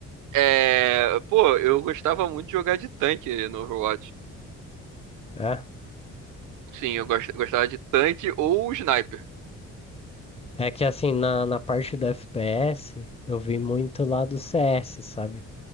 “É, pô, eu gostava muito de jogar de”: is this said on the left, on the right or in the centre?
Right